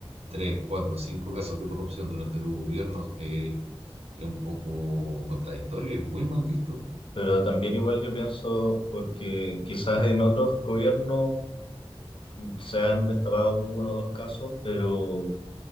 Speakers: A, on the right; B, on the left.
A: tres, cuatro, cinco casos de corrupción durante tu gobierno, eh, es un poco contradictorio y es muy mal visto.
B: Pero también igual yo pienso, porque quizás en otros gobiernos se han destapado uno o dos casos, pero